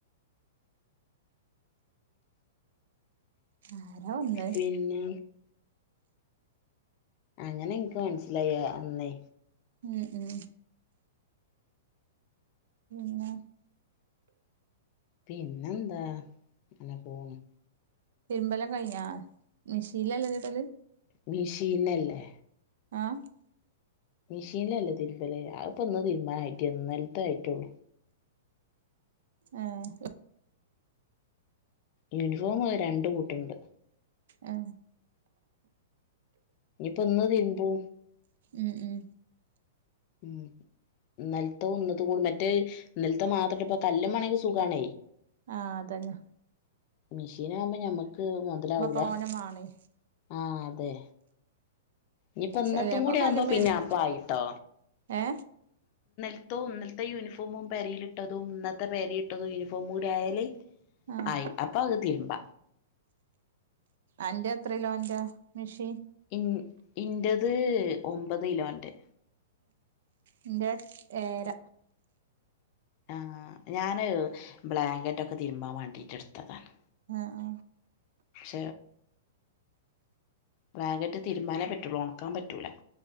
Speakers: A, on the right; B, on the left.
A: ആരാ വന്നേ
B: പിന്നെ അങ്ങനെ എനിക്ക് മനസിലായി അന്നേ
A: ഉം ഉം പിന്നെ
B: പിന്നെന്താ അനെ പോണം
A: പെരുമ്പലല്ലാം കഴ ആ മെഷീലല്ല ചട്ടല്
B: മഷീനല്ലേ
A: ആഏ
B: മെഷീനിലല്ലേ തിരുമ്പല് അപ്പൊന്ന് തീരുമാന ആയിട്ടലത്ത ആയിട്ടള്ളു
A: ആഹ
B: യൂണിഫോം രണ്ട കൂട്ടുണ്ട്
A: അ
B: ഇനിപ്പോ ഇന്ന് തീരുബു
A: ഉം ഉം
B: ഉം നൽത്ത ഒന്ന കൂ മറ്റേ നിലത്തെ മാത്രം ഇപ്പ കല്ലല് മണങ്കക്ക് സുഖമാണ
A: അ അതന്ന
B: മെഷീൻ ആകുമ്പോ ഞമ്മുക്ക് മുതലാവൂല
A: തോനെ മാണേ
B: ആഹ അതെ ഇനിപ്പോ ഇന്നത്തും
A: ചെലേപ്പം
B: കൂടി ആവുമ്പോ
A: കല്ലുമ്മേ
B: പിന്നെ
A: ഇരുമ്പും
B: അപ്പായിട്ടോ
A: ഏ
B: ഇപ്പോ ഇന്നത്തെ യൂണിഫോമും പരൽട്ടതും ഇന്നത്തെ പേര ഇട്ടതും യൂണിഫോമും കൂടി ആയാല്
A: ആഹ്
B: ആയി അപ്പൊ അപഹ് തീർമ്പ
A: അന്റെ എത്രല്ലോ എന്റെ മെഷീൻ
B: ഇ ഇറത് ഒമ്പത് കിലോന്റെ
A: എന്റെ ഏര
B: ആ ഞാന് ബ്ലാങ്കറ്റ് ഒക്കെ തിരുമ്പാൻ വേണ്ടീട്ട എടുത്തതാണ്
A: ആഹ
B: ശ ബറാങ്കറ്റ് തീരുമാനേ പറ്റുള്ളൂ ഉണക്കാൻ പറ്റൂല